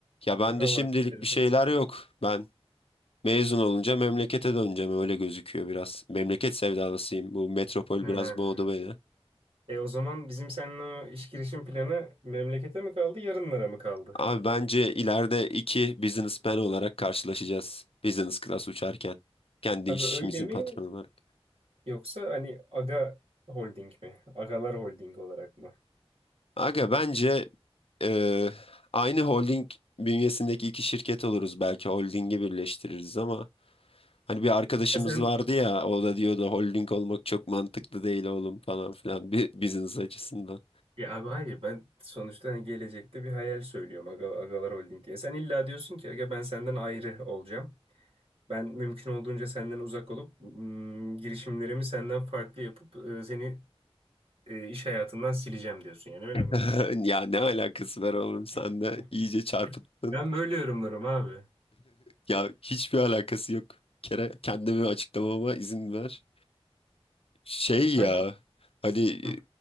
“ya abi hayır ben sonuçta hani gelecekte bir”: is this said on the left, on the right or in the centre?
Right